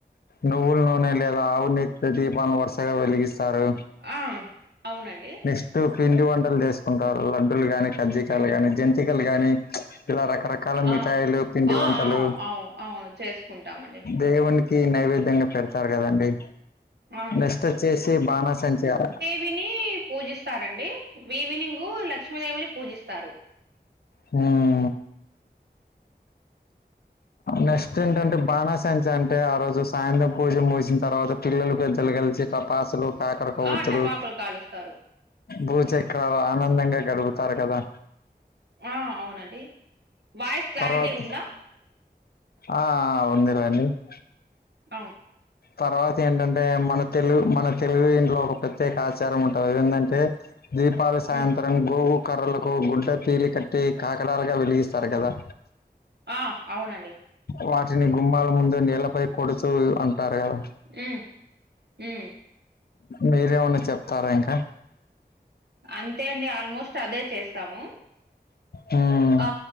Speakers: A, on the left; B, on the right.
A: నువ్వుల నూనె లేద ఆవు <unintelligible> దీపాలను వరుసగా వెలిగిస్తారు
B: ఆ అవునండి
A: <unintelligible> పిండి వంటలు చేసుకుంటారు లడ్డులుగానీ కజ్జీకాయలు
B: ఉమ్
A: గాని <unintelligible> జంతికలు గాని ఇలా రకర రకాల మిఠాయిలు
B: ఆ
A: పిండి
B: ఆ
A: వంటలు
B: అవు అవును అవును చేసుకుంటామండి
A: దేవునికి నైవేద్యంగ పెడతారు కదండి
B: ఆ
A: నష్ట్ వచేసి బాణ సంచయాల
B: విని పూజిస్తారండి ఈవినింగ్ లక్ష్మీదేవిని పూజిస్తారు
A: హ నెక్స్ట్ ఏంటంటే బాణాసంచే అంటే ఆ రోజు సాయంత్రం పూజ ముగిసిన తర్వాత పిల్లలు పెద్దలు కలిసి టపాసులు కాకర కోవతులు
B: ఆ టపాకులు కాలుస్తారు
A: భూచక్రాలు ఆనందంగా గడుపుతారు కదా
B: ఆ అవునండి వాయిస్ క్లారిటీ
A: తర్వాత
B: ఉంద
A: ఆ ఉంది <unintelligible>
B: అ
A: తర్వాత ఏంటంటే మన తెలుగు మన తెలుగు ఇంట్లో ఒక ప్రత్యేక ఆచారం ఉంటది అది ఎందంటే దీపాలు సాయంత
B: ఉమ్
A: గోవు కర్రలకు గుడ్డ పేలి కట్టి కాకడాలుగా వెలిగిస్తారు కదా
B: ఆ అవునండి
A: వాటిని గుమ్మాల ముందు నీళ్లపై కొడుతూ అంటారు కద
B: ఉ ఉ
A: మీరేమన్న చెప్తార ఇంక
B: అంతే అండి ఆల్మోస్ట్ అదే చేస్తము
A: ఉమ్
B: ఆ